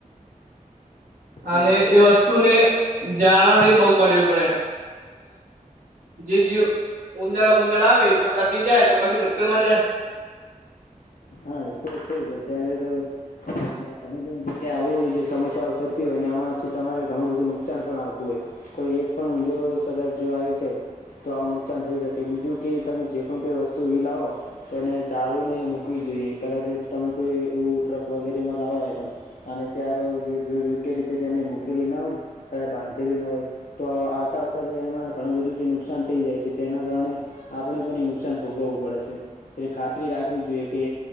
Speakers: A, on the right (about 85°); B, on the left (about 80°).
A: અને
B: હાલો
A: એ વસ્તુને
B: હા
A: જાળવણી બઉ કરવી પડે જે જીવ ઉંદાડા ગુંદાડા આવે તો કટી જાય તો પછી નુકસાનમાં જાય.
B: હા તો છે, જ અત્યારે તો. અ,
A: <inaudible>
B: ઘણી ઘી જગ્યા આવું જે સમસ્યાઓ થતી હોય ને એમાંથી તમારે ઘણું બધું નુકસાન પણ આવતું હોય. કોઈ એક પણ ઊંજેરો કદાચ જે આવી જાય તો આવું નુકસાન થઈ શકે બીજું. કે તમે જે પણ કોઈ વસ્તુ એવી લાવો તો એને જાળવીને મૂકવી જોઈએ. કદાચ તમે કોઈ એવું ટ્રક વગેરેમાં લાવો આઈટમ અને ત્યાં આગળ જો. જો યોગ્ય રીતે તેને મૂકેલી ન હોય ને કદા બાંધેલી ન હોય. તો આવતાં આવતા જ એમાં ઘણું બધું જે નુકસાન થઈ જાય છે, તેના કારણે આપણે પણ એ નુકસાન ભોગવવું પડે છે, એટલે ખાતરી રાખવી જોઈએ કે